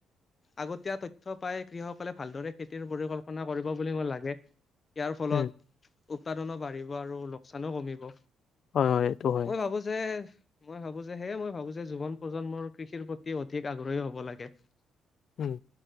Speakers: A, on the left (about 30°); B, on the left (about 55°).
A: আগতীয়া তথ্য পাই কৃষকসকলে ভালদৰে খেতিৰ পৰিকল্পনা কৰিব বুলি মোৰ লাগে ইয়াৰ ফলত
B: উম,
A: উৎপাদনো বাঢ়িব আৰু লোকচানো কমিব।
B: হয়, হয়, এইটো হয়।
A: মই ভাবো যে মই ভাবো যে সেয়ে মই ভাবো যে জীৱন প্ৰজন্মৰ কৃষিৰ প্ৰতি অধিক আগ্ৰহী হব লাগে।
B: উম,